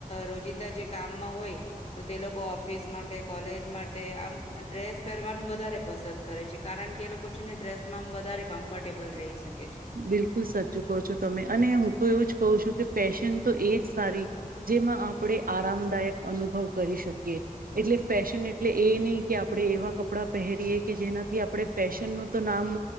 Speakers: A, on the left; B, on the right.
A: રોજિંદા જે કામમાં હોય તો તે લોકો ઓફિસ માટે કોલેજ માટે આમ ડ્રેસ પહેરવાનું વધારે પસંદ કરે છે કારણ કે એ લોકો છે ને ડ્રેસમાં આમ વધારે કમ્ફર્ટેબલ રહી શકે. છે.
B: બિલકુલ સાચું કહો છો તમે અને હું તો એવું જ કહું છું કે ફેશન તો એ જ સારી જેમાં આપણે આરામદાયક અનુભવ કરી શકીએ, એટલે ફેશન એટલે એ નહી કે, આપણે એવા કપડાં પહેરીએ કે જેનાથી આપણે ફેશનનુંું તો નામ